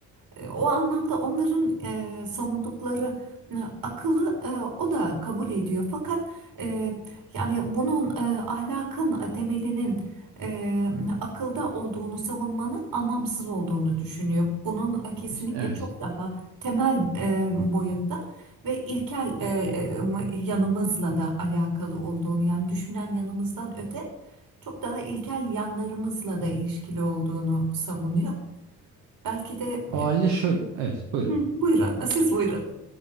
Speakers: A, on the right; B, on the right.
A: E, O anlamda onların e, savundukları e, akılı e, o da kabul ediyor. Fakat e, yani bunun e, ahlakın e, temelinin e, akılda olduğunu savunmanın anlamsız olduğunu düşünüyor. Bunun e, kesinlikle
B: evet.
A: çok daha temel e, boyutta ve ilkel e, e, yanımızla da alakalı olduğunu yani düşünen yanımızdan öte çok daha ilkel yanlarımızla da ilişkili olduğunu savunuyor. Belki de
B: O halde şöyle. Evet, buyurun.
A: Hı, Buyurun, siz buyurun.